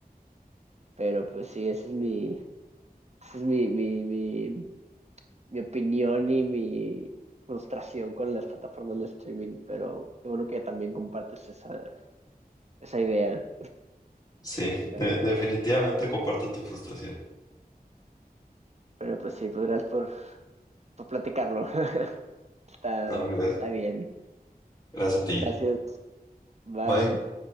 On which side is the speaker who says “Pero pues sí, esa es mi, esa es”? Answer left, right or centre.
Right